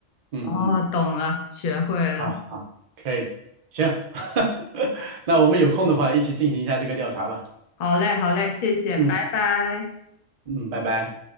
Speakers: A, on the right; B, on the left.
A: 嗯嗯，
B: 哦，懂了，学会了。
A: 好好，可以，行，<laughs> 那我们有空的话一起进行一下这个调查吧。
B: 好嘞，好嘞，谢谢，
A: 嗯
B: 拜拜。
A: 嗯，拜拜。